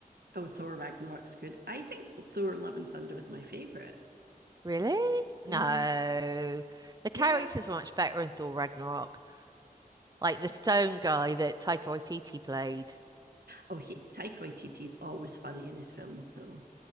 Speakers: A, on the right (about 90°); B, on the right (about 25°).
A: Oh, Thor Ragnarok's good. I think Thor: Love and Thunder was my favorite.
B: Really?
A: Mm.
B: No, the characters
A: Yeah.
B: were much better in Thor Ragnarok. Like the stone guy that Taika Waititi played.
A: Oh, he, Taika Waititi's always funny in his films, though.